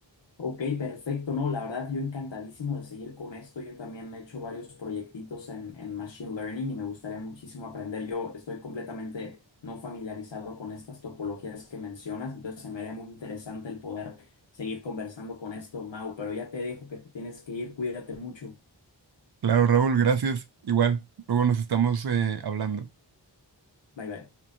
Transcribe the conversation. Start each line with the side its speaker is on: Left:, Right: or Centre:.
Left: Ok, perfecto. No, la verdad, yo encantadísimo de seguir con esto. Yo también he hecho varios proyectitos en, en Machine Learning y me gustaría muchísimo aprender. Yo estoy completamente no familiarizado con estas topologías que mencionas, entonces se me haría muy interesante el poder seguir conversando con esto, Mau, pero ya te dejo que te tienes que ir. Cuídate mucho.
Right: Claro, Raúl, gracias. Igual, luego nos estamos eh, hablando.
Left: Bye, bye.